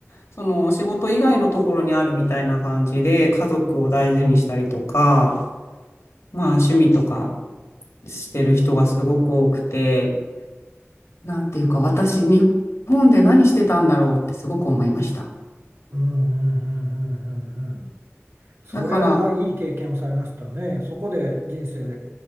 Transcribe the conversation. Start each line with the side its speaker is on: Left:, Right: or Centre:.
Left: その仕事以外のところにあるみたいな感じで、家族を大事にしたりとか、まあ趣味とかしてる人がすごく多くて、なんていうか私、日本で何してたんだろうってすごく思いました。
Right: うんうんうんうんうんうん。それはいい経験をされましたね。
Left: だから、
Right: そこで人生、